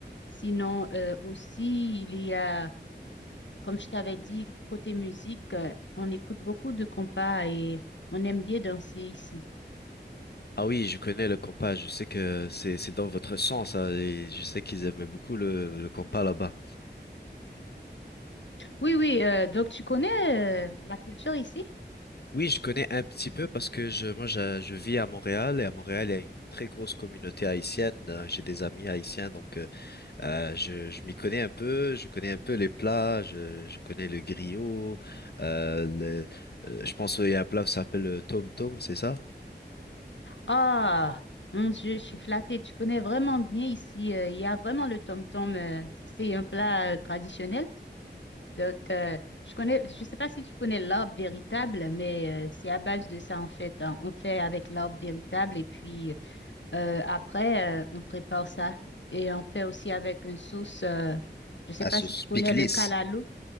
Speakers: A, on the left (about 85°); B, on the left (about 60°).
A: Sinon, euh, aussi, il y a, comme je t'avais dit, côté musique, euh, on écoute beaucoup de compas et on aime bien danser ici.
B: Ah oui, je connais le compas. Je sais que c'est, c'est dans votre sang, ça. Et je sais qu'ils aimaient beaucoup le, le compas là-bas.
A: Oui, oui, euh, donc tu connais euh, la culture ici?
B: Oui, je connais un petit peu parce que je, moi, je, je vis à Montréal et à Montréal, il y a une très grosse communauté haïtienne. Euh, J'ai des amis haïtiens, donc. euh, Euh, je je m'y connais un peu, je connais un peu les plats, je, je connais le griot. euh, le- euh, je pense qu'il y a un plat qui s'appelle le tom tom, c'est ça?
A: Ah, mon Dieu, je suis flattée. Tu connais vraiment bien ici. euh, il y a vraiment le tom-tom. euh, c'est un plat euh, traditionnel. Donc, euh, je connais, je sais pas si tu connais l'arbre véritable, mais euh, c'est à base de ça, en fait. hein. On fait avec l'arbre véritable et puis Euh, après, euh, on prépare ça et on fait aussi avec une sauce. euh, je sais
B: À
A: pas
B: sauce
A: si tu connais
B: pickles.
A: le calalo.